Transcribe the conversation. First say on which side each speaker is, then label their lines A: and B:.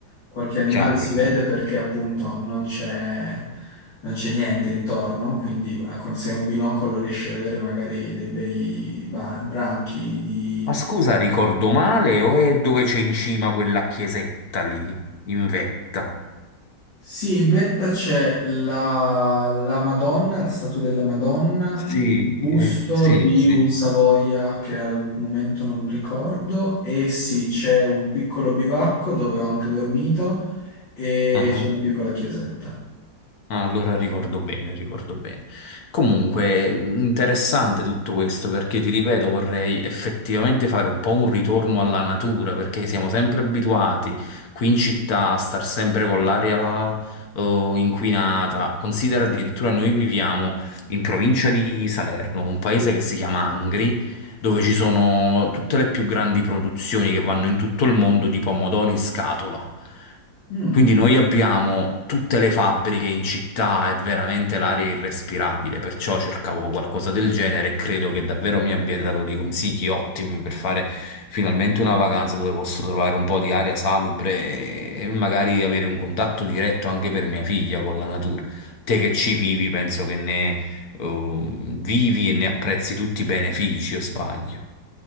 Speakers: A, on the left; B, on the left.
A: qualche animale
B: chiaro,
A: si vede
B: chiaro.
A: perché appunto non c'è non c'è niente intorno, quindi a- con- se hai un binocolo riesci a vedere magari dei bei ba- branchi di...
B: Ma scusa, ricordo male o è dove c'è in cima quella chiesetta lì, in vetta?
A: Sì, in vetta c'è la, la Madonna, la statua della Madonna,
B: Sì,
A: il busto
B: eh, sì,
A: di
B: sì.
A: un Savoia che al momento non ricordo e sì, c'è un piccolo bivacco dove ho anche dormito e
B: Ah,
A: c'è una piccola chiesetta.
B: ah, Allora ricordo bene, ricordo bene. Comunque, interessante tutto questo perché ti ripeto, vorrei effettivamente fare un po' un ritorno alla natura perché siamo sempre abituati qui in città a star sempre con l'aria eh, inquinata. Considera addirittura noi viviamo in provincia di Salerno, un paese che si chiama Angri dove ci sono tutte le più grandi produzioni che vanno in tutto il mondo di pomodori in scatola.
A: Mm.
B: Quindi noi abbiamo tutte le fabbriche in città, è veramente l'aria irrespirabile, perciò cercavo qualcosa del genere e credo che davvero mi abbia dato dei consigli ottimi per fare finalmente una vacanza dove posso trovare un po' di aria salubre e e magari avere un contatto diretto anche per mia figlia con la natura. Te che ci vivi, penso che ne ehm, vivi e ne apprezzi tutti i benefici, o sbaglio?